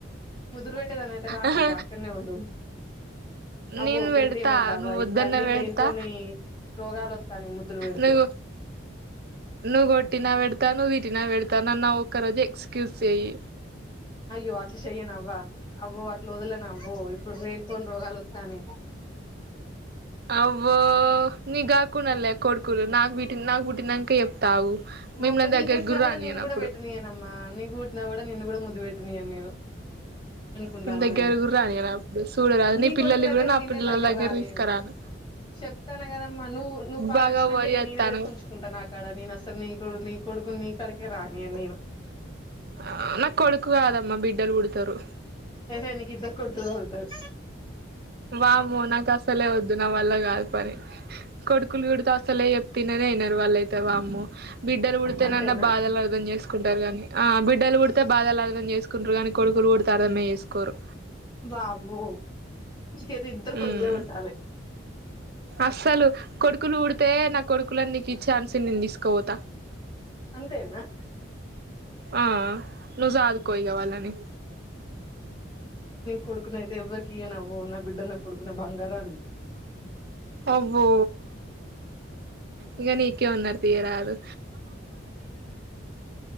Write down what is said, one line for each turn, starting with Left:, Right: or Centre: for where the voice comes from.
Left: ముద్దులు పెట్టేదానివి అయితే రాకవ్వ
Right: అహ
Left: అక్కడనే ఉండు అవ్వో
Right: నెన్
Left: పెడితే
Right: పెడతా
Left: ఏమొద్దవ్వ
Right: నువ్
Left: ఇప్పుడు
Right: ఒద్దన్న
Left: అన్ని
Right: వెడతా
Left: లేనిపోని రోగాలు వత్తాన్నాయి ముద్దులు పెడితే
Right: నువ నువ్ కొట్టిన పెడతా నువ ట్టినా పెడతా నన్ ఆ ఒక్క రోజు ఎక్స్క్యూజ్ చేయిి
Left: అయ్యో అట్లా చెయ్యనవ్వవా అవ వో అట్ల వద్లను అవ్వో ఇప్పుడు రేనుపోని రోగాలు వస్తాని
Right: అవ్వో నీ కాకునళ్ లే కొడుకులు నాకు పుట్టి నాక పుట్టినాక చెప్తాను ఆగు
Left: ఓడమ్మ
Right: మిమ్మల్ని
Left: నీ
Right: దగ్గరికి
Left: ఊటినా <unintelligible> కూడా
Right: రానియను
Left: నిన్న కూడా
Right: అప్పుడు
Left: వెేటనయేనమ్మా నీ ఊట్నా కూడా నిన్ను కూడా ముందు వెట నీ అన్నయ్య అనుకుంటానవు
Right: నేను దగ్గరికి
Left: కని
Right: కూడా రానియను అప్పుడు చూడరాదు
Left: నీ
Right: పిల్లల్ని
Left: కొడుకు దగ్గర
Right: కూడా నా
Left: నేనె
Right: పిల్లల
Left: దగ్గర రాన్
Right: తీసుకురాను
Left: నేను చెప్తాను కదమ్మా నువ్వు నువ్వు పాలించినాక
Right: బాగా ఓవర్
Left: ఇక
Right: చేస్తానవు
Left: నేనే తెచ్చి ఉంచుకుంటను అక్కడ నేను అస నీ కొడుకు నీ కాడికే రానియ్యను
Right: ఆ నా కొడుక్ కాదమ్మ బిడ్డల్ పుడతారు
Left: ఏహ నీక్ ఇద్దకు కొడుకులే పుడతారు
Right: వామ్మె నాకు అసలే వద్దు నా వల్ల కాదు పని కొడుకులు పుడుత అసలే తినదె యినరు వాళ్ళయితే వామ్మో బిడ్డలు పుడితేనన్నా
Left: అంతేనా
Right: బాధలు అర్థం చేసుకుంటారు కాని ఆ బిడ్డలు పుడితే బాధల అర్ం అర్థం చేసుకుంట్రు కానీ కొడుకులు పుడతా అర్థమే చేసుకోరు
Left: వావ్వో మీకైతే ఇద్దరు కొడుకులే
Right: ఉమ్
Left: పెట్టాలె
Right: అస్సలు కొడుకులు ఊడితే నా కొడు క్కులన్నీకి ఛాన్స్ ఇ నీన్ తీసుకవోతా
Left: అంతేనా
Right: ఆ నువ్ సాదుకోయిగ వాళ్లని
Left: కొడుకున్ అయితే ఎవ్వరికి ఇయ్యనవ్వో నా బిడ్డ నా కొడుకు నా బంగారాలు
Right: అబ్బో ఇగ నీకే ఉన్నర్ తీయరాదు.